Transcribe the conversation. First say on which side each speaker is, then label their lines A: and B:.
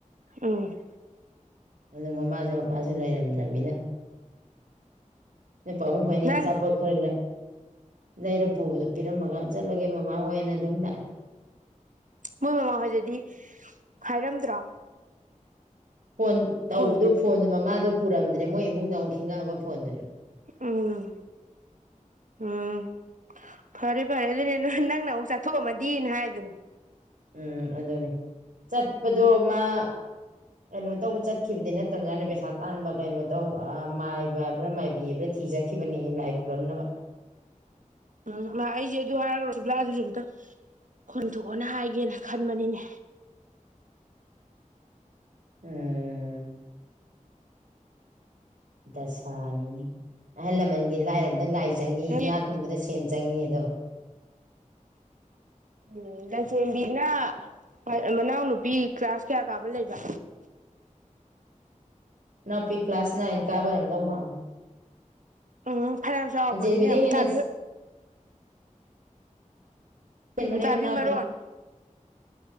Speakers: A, on the right (about 70°); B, on the right (about 85°).
A: ꯎꯝ
B: ꯑꯗꯨ ꯃꯃꯥꯖꯨ ꯃꯄꯥꯖꯨ ꯂꯩꯔꯝꯗ꯭ꯔꯝꯅꯤꯅ ꯅꯣꯏ ꯄꯕꯨꯡ ꯈꯣꯏꯅꯤ
A: ꯅꯪ
B: ꯑꯆꯥꯄꯣꯠ ꯈꯔ ꯂꯩ ꯂꯩꯔꯞ ꯄꯨꯕꯗꯣ ꯄꯤꯔꯝꯃꯒ ꯆꯠꯂꯒꯦ ꯃꯃꯥ ꯍꯣꯏꯅ ꯑꯗꯨꯝ ꯂꯥꯛꯑꯦ
A: ꯃꯣꯏ ꯃꯃꯥ ꯍꯣꯏꯗꯗꯤ ꯍꯥꯏꯔꯝꯗ꯭ꯔꯣ
B: ꯐꯣꯟ
A: ꯐꯣꯟ
B: ꯇꯧꯕꯗꯨ ꯐꯣꯟꯗꯣ ꯃꯃꯥꯗꯣ ꯄꯨꯔꯝꯗ꯭ꯔꯦ ꯃꯣꯏ ꯏꯃꯨꯡꯗ ꯑꯃꯨꯛ ꯈꯤꯡꯉꯛꯑꯕ ꯐꯣꯟꯗꯨꯁꯨ
A: ꯎꯝ ꯎꯝ ꯐꯔꯦ ꯐꯔꯦ ꯑꯗꯨꯅꯦ ꯅꯥ ꯅꯪꯅ ꯃꯨꯛ ꯆꯠꯊꯣꯛꯑꯝꯃꯗꯤꯅ ꯍꯥꯏꯗꯣ
B: ꯎꯝ ꯑꯗꯨꯅꯤ ꯆꯠꯄꯗꯣ ꯃꯥ ꯀꯩꯅꯣ ꯇꯧꯕ ꯆꯠꯈꯤꯕꯗꯤ ꯅꯠꯇꯕꯖꯥꯅꯦ ꯄꯩꯁꯥ ꯇꯥꯟꯕ ꯀꯩꯅꯣ ꯇꯧ ꯑꯥ ꯃꯥꯏꯕ ꯍꯥꯏꯕ꯭ꯔ ꯃꯥꯏꯕꯤꯕ꯭ꯔ ꯊꯤ ꯆꯠꯈꯤꯕꯅꯦꯌꯦ ꯂꯥꯏ ꯈꯨꯔꯝꯅꯕ
A: ꯎꯝ ꯃꯥ ꯑꯩꯖꯦ ꯑꯗꯨ ꯍꯥꯏꯔ ꯔꯣꯅꯤꯕ꯭ꯂꯥ ꯗꯨꯁꯨ ꯑꯝꯇ ꯈꯨꯟꯊꯣꯛꯎꯅ ꯍꯥꯏꯒꯦꯅ ꯈꯟꯕꯅꯤꯅꯦ
B: ꯎꯝ ꯗꯁꯥꯅꯤꯅꯦ ꯑꯍꯜ ꯂꯃꯟꯒꯤ ꯂꯥꯏꯔꯕ ꯗꯥ ꯂꯥꯏ ꯆꯪꯉꯤ
A: ꯎꯝ
B: ꯏꯅꯥꯛ ꯈꯨꯨꯝꯕꯗ ꯁꯦꯟ ꯆꯪꯉꯤ ꯑꯗꯣ
A: ꯎꯝ ꯂꯟꯆꯦꯟꯕꯤꯅ ꯃꯥ ꯃꯅꯥꯎꯅꯨꯄꯤ ꯀ꯭ꯂꯥꯁ ꯀꯌꯥ ꯀꯥꯕ ꯂꯩꯕ
B: ꯅꯥꯎꯄꯤ ꯀ꯭ꯂꯥꯁ ꯅꯥꯏꯟ ꯀꯥꯕ ꯑꯣꯏꯔꯝꯗꯧ ꯃꯥꯜꯂꯦ
A: ꯎꯝ ꯐꯅꯌꯥꯝ ꯆꯥꯎꯔꯄꯣꯠꯅꯤꯅꯦ
B: ꯂꯟꯆꯦꯟꯕꯤꯗꯩ
A: ꯃꯨꯇꯥꯕꯤ
B: ꯍꯦꯟꯅ ꯍꯦꯟꯕꯅꯦ
A: ꯃꯨꯇꯥꯕꯤ
B: ꯃꯅꯥꯎꯄꯤꯅ
A: ꯃꯔꯣꯟ